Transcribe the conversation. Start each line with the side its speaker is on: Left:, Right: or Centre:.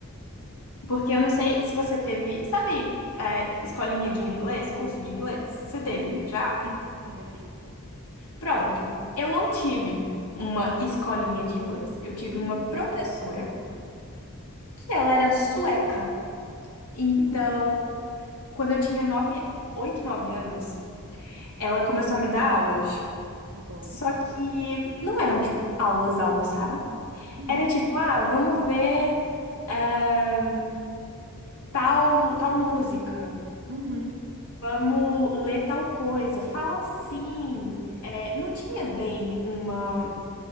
Left: porque eu não sei se você teve, sabe, é, escolinha de inglês, curso de inglês? Você teve
Right: Sim,
Left: já?
Right: sim, sim, eu fiz.
Left: Pronto, eu não tive uma escolinha de inglês. Eu tive
Right: Uhum,
Left: uma professora que ela era sueca. Então,
Right: uhum,
Left: quando eu tinha nove, oito, nove anos, ela começou a me dar aulas.
Right: tá bom.
Left: Só que não eram, tipo, aulas, aulas, sabe?
Right: Uhum,
Left: Era tipo, ah, vamos ver eh, tal, tal música.
Right: uhum,
Left: Vamos ler tal coisa. Fala assim. Eh, não tinha bem uma,